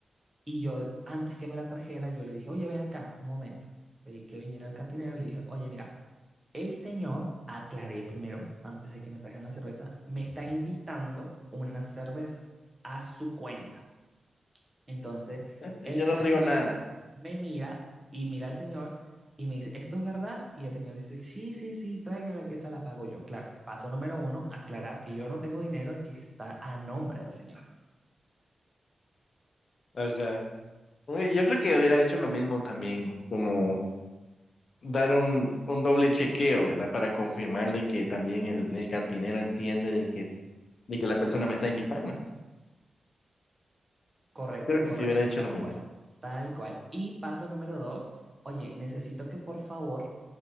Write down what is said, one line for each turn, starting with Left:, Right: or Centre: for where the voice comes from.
Right: Y yo, antes que me la trajera, yo le dije, oye, ven acá, un momento. Pedí que viniera el cantinero y le dije, oye, mira, el señor, aclaré primero, antes de que me trajeran la cerveza, me está invitando unas cervezas a su cuenta. Entonces,
Left: Yo
Right: el
Left: no
Right: cantinero
Left: traigo nada.
Right: me mira y mira al señor y me dice, ¿esto es verdad? Y el señor dice, sí, sí, sí, tráigala que esa la pago yo. Claro, paso número uno, aclarar que yo no tengo dinero y que está a nombre del señor.
Left: Ajá. Uy, Yo creo que hubiera hecho lo mismo también, como dar un, un doble chequeo, ¿verdad? Para confirmar de que también el, el cantinero entiende de que, de que la persona me está invitando.
Right: Correcto,
Left: Creo que
Right: correcto,
Left: si hubiera hecho
Right: tal
Left: lo mismo.
Right: cual, tal cual. Y paso número dos, oye, necesito que por favor